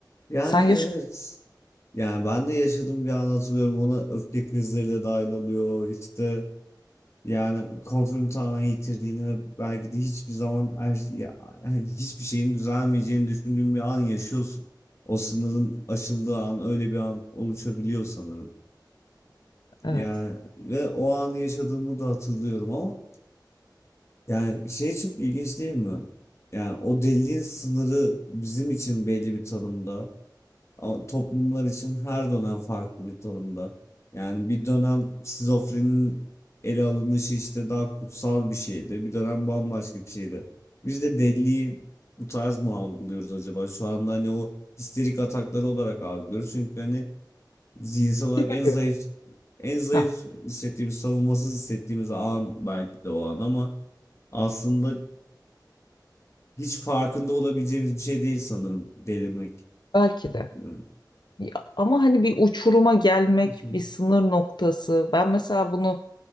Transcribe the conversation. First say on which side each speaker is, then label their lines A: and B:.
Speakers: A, on the left; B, on the left.
A: Yani
B: Sen yaşa,
A: evet. Yani ben de yaşadığım bir an hatırlıyorum. Ona öfke krizleri de dahil oluyor. İşte yani kontrolünü tamamen yitirdiğini ve belki de hiçbir zaman her, şey, ya, yani hiçbir şeyin düzelmeyeceğini düşündüğün bir an yaşıyorsun. O sınırın aşıldığı an öyle bir an oluşabiliyor sanırım.
B: evet.
A: Yani ve o anı yaşadığımı da hatırlıyorum ama Yani şey çok ilginç değil mi? Yani o deliliğin sınırı bizim için belli bir tanımda. Ama toplumlar için her dönem farklı bir tanımda. Yani bir dönem şizofrenin ele alınışı işte daha kutsal bir şeydi. Bir dönem bambaşka bir şeydi. Biz de deliliği bu tarz mı algılıyoruz acaba? Şu anda hani o histerik atakları olarak algılıyoruz. Çünkü hani zihinsel olarak
B: Bilmiyorum.
A: en zayıf en zayıf
B: Ha,
A: hissettiğimiz, savunmasız hissettiğimiz an belki de o an ama aslında hiç farkında olabileceğimiz bir şey değil sanırım delirmek.
B: belki de.
A: Bilmiyorum.
B: Ya, ama hani bir uçuruma gelmek,
A: <laughs>
B: bir sınır noktası. Ben mesela bunu